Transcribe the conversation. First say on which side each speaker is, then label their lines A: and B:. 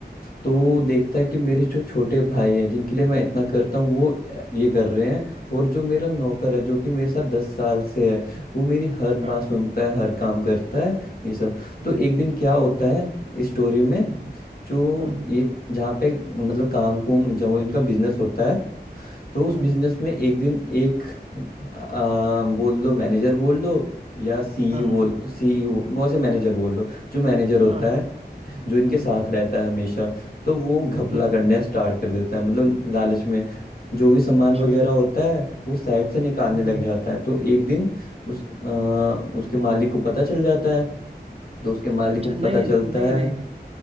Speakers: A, on the left (about 60°); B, on the right (about 35°).
A: तो वो देखता है कि मेरे जो छोटे भाई हैं जिनके लिए मैं इतना करता हूँ वो ये कर रहे हैं और जो मेरा नौकर है जो कि मेरे साथ दस साल से है वो मेरी हर
B: हाँ
A: बात सुनता है हर काम करता है ये सब तो
B: हम्म
A: एक दिन क्या होता है इस स्टोरी में
B: हम्म
A: जो
B: हम्म
A: ये जहाँ पे मतलब काम कुम जो इनका बिजनेस होता है तो उस
B: हम्म
A: बिजनेस
B: हम्म,
A: में एक दिन एक आ, बोल लो मैनेजर बोल लो या सीई
B: हाँ
A: बोल
B: हाँ
A: सीईओ वैसे मैनेजर बोल लो जो मैनेजर होता
B: हाँ हाँ
A: है जो इनके
B: हम्म
A: साथ रहता है हमेशा तो वो घपला
B: हम्म
A: करना स्टार्ट कर देता है मतलब लालच में जो भी सामान
B: अच्छा
A: वगैरह होता है वो साइड से निकालने
B: हम्म
A: लग जाता है तो एक दिन उस अ, उसके मालिक को पता चल जाता है तो उसके मालिक
B: अच्छा
A: को पता
B: नहीं
A: चलता
B: नहीं
A: है
B: नहीं नहीं